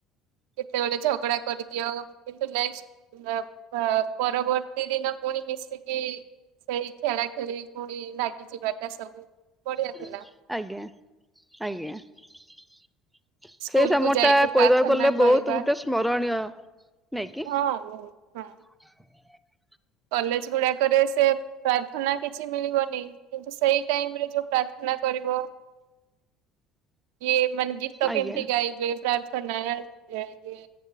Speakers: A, on the right (about 75°); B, in the centre.
A: କେତେବେଳେ ଝଗଡା କରିଦିଅ କିନ୍ତୁ ନେକଷ୍ଟ୍ ହୁଁ ପା ପରବର୍ତ୍ତୀ ଦିନ ପୁଣି ମିଶିକି ସେଇ ଖେଳା ଖେଳି ପୁଣି ଲାଗିଯିବାଟା ସବୁ, ବଢିଆ
B: ହୁଁ
A: ଥିଲା
B: ଆଜ୍ଞା ଆଜ୍ଞା ସେଇ
A: ସ୍କୁଲ
B: ସମୟ
A: କୁ ଯାଇକି
B: ଟା
A: ପ୍ରାର୍ଥନା
B: କହିବାକୁ ଗଲେ ବହୁତ
A: କରିବା
B: ଗୋଟେ ସ୍ମରଣୀୟ ନେଇ କି
A: ହଁ ବୋହୁତ। ହଁ।
B: <unintelligible>
A: କଲେଜ ଗୁଡାକରେ ସେ ପ୍ରାର୍ଥନା କିଛି ମିଳିବନି। କିନ୍ତୁ ସେଇ ଟାଇମ୍ ରେ ଯୋଉ ପ୍ରାର୍ଥନା କରିବ, ଇଏ ମାନେ ଗୀତ
B: ଆଜ୍ଞା
A: କେମିତି ଗାଇବେ ପ୍ରାର୍ଥନା ଆଜ୍ଞା ଆଜ୍ଞା,